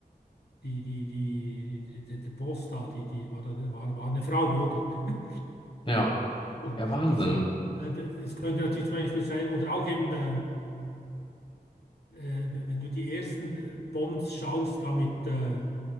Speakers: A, on the left (about 80°); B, on the left (about 35°).
A: Die, die, die, die, die- der Boss da, die, die war, da, war, war eine Frau, oder? <laughs>
B: ja.
A: So,
B: Ja, Wahnsinn.
A: Also, äh, das das könnte natürlich zum Beispiel sein, oder auch eben der, äh, wenn du die ersten äh, Bonds schaust, da mit äh,